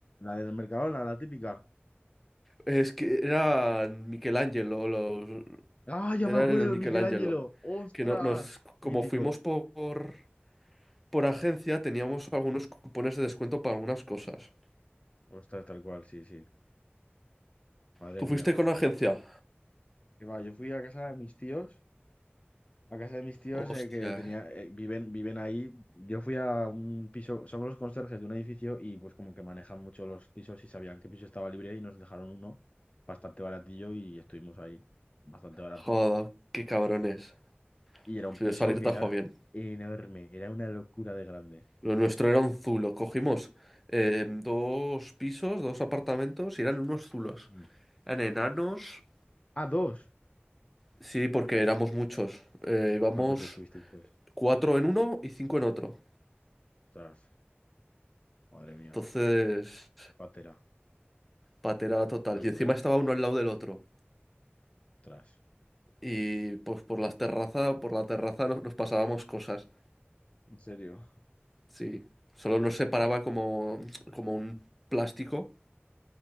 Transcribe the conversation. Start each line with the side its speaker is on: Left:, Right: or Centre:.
Left: La del Mercadona, la típica.
Centre: es que era Michelangelo, los,
Left: Ah, ya
Centre: Era
Left: me acuerdo,
Centre: en el Michelangelo.
Left: el Michelangelo. Ostras,
Centre: Que no, nos, como
Left: mítico.
Centre: fuimos por, por agencia, teníamos algunos cupones de descuento para algunas cosas.
Left: Ostras, tal cual, sí, sí. Madre
Centre: ¿Tú
Left: mía.
Centre: fuiste con agencia?
Left: Que va, yo fui a casa de mis tíos, a casa de mis tíos
Centre: Hostia,
Left: eh, que tenía, eh, viven, viven ahí. Yo fui a un piso, son los conserjes de un edificio y pues como que manejan mucho los pisos y sabían qué piso estaba libre y nos dejaron uno bastante baratillo y estuvimos ahí bastante barato.
Centre: joder, qué cabrones.
Left: Y era un
Centre: Si
Left: piso
Centre: de salir
Left: que
Centre: tajo
Left: era
Centre: bien.
Left: enorme, era una locura de grande.
Centre: Lo nuestro era un zulo. Cogimos eh, dos pisos, dos apartamentos y eran unos zulos.
Left: Mm.
Centre: Eran enanos.
Left: Ah, dos.
Centre: Sí, porque éramos muchos. Eh, íbamos
Left: ¿Cuántos estuvisteis pues?
Centre: cuatro en uno y cinco en otro.
Left: Ostras, madre mía,
Centre: Entonces,
Left: qué patera,
Centre: patera total.
Left: qué locura.
Centre: Y encima estaba uno al lado del otro.
Left: Ostras,
Centre: Y pues por las terrazas, por la terraza no- nos pasábamos cosas.
Left: ¿en serio?
Centre: Sí. Solo nos
Left: Jo,
Centre: separaba
Left: qué guay.
Centre: como, como un plástico